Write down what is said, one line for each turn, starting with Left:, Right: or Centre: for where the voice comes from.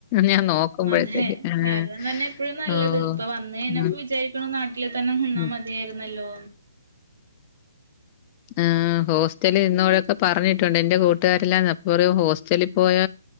Left: ഞാൻ നോക്കുമ്പോഴത്തേക്ക്
Right: അതെ
Left: ആഹ്
Right: കാരണം തന്നെ എപ്പോഴും നല്ലത്
Left: ഓഹ്
Right: ഇപ്പൊ വന്നപ്പോൾ
Left: ഉം
Right: വിചാരിക്കണ നാട്ടില് തന്നെ നിന്നാ
Left: ഉം
Right: മതിയായിരുന്നല്ലോ
Left: ആ ഹോസ്റ്റല് ഇന്നോടെൊക്കെ പറഞ്ഞിട്ടുണ്ട് എറെ കൂട്ടുകാരല്ലാം എപ്പറും ഹോസ്റ്റലിൽ പോയ